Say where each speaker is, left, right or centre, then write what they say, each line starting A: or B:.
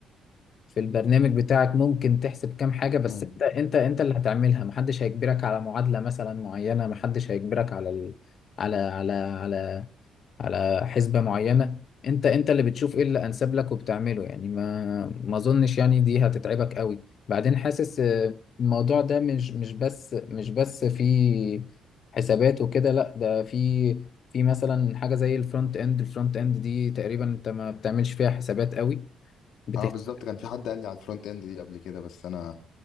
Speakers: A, on the left (about 45°); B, on the left (about 75°).
A: في البرنامج بتاعك ممكن تحسب كام حاجة بس
B: مم.
A: انت انت انت اللي هتعملها محدش هيجبرك على معادلة مثلا معينة محدش هيجبرك على ال... على على على على حسبة معينة انت انت اللي بتشوف ايه اللي انسب لك وبتعمله يعني ما ما اظنش يعني دي هتتعبك قوي بعدين حاسس آه، الموضوع ده مش مش بس مش بس في حسابات وكده لا ده في في مثلا حاجة زي الفرونت اند الفرونت اند دي تقريبا انت ما بتعملش فيها حسابات قوي بتهتم
B: اه بالظبط كان في حد قال لي على الفرونت اند دي قبل كده بس انا